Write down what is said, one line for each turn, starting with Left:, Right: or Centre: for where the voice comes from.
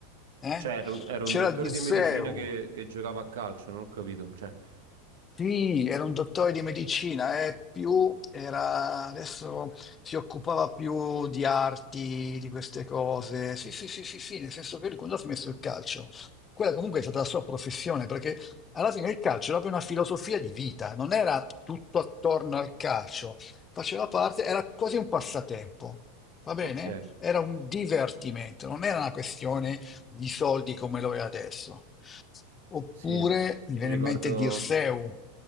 Left: Eh?
Right: Cioè, era un, era
Left: C'era
Right: un dottore
Left: Disseu,
Right: di medicina che, che giocava a calcio, non ho capito. Cioè,
Left: sì, era un dottore di medicina, eh, più era, adesso si occupava più di arti, di queste cose. Sì, sì, sì, sì, sì, nel senso che lui quando ha smesso il calcio, quella comunque è stata la sua professione, perché alla fine il calcio era proprio una filosofia di vita, non era tutto attorno al calcio, faceva parte, era quasi un passatempo, va bene?
Right: ok,
Left: Era un divertimento, non era una questione di soldi come lo è adesso. Oppure
Right: sì, mi
Left: mi viene
Right: ricordo,
Left: in mente Dirseu,